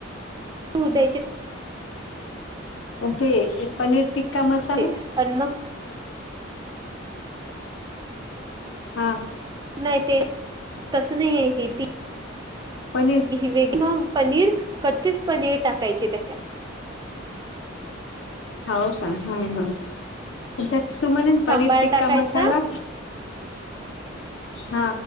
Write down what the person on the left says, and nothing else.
म्हण ते एक पनीर टिक्का मसाला
हा
पनीर
हो का हो हो त्या तू म्हणे पनीर
टिक्का
मसाला हा